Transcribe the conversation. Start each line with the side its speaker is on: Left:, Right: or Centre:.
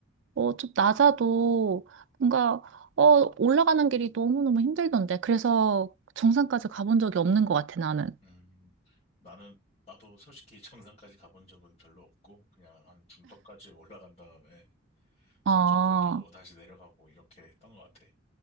Right: 어, 좀 낮아도 뭔가, 어, 올라가는 길이 너무너무 힘들던데. 그래서 정상까지 가본 적이 없는 것 같아, 나는.
Left: 음. 나는, 나도 솔직히 <laughs> 정상까지 가본 적은 별로 없고, 그냥 한 중턱까지 올라간 다음에 숨
Right: 아,
Left: 좀 돌리고 다시 내려가고 이렇게 했던 것 같아.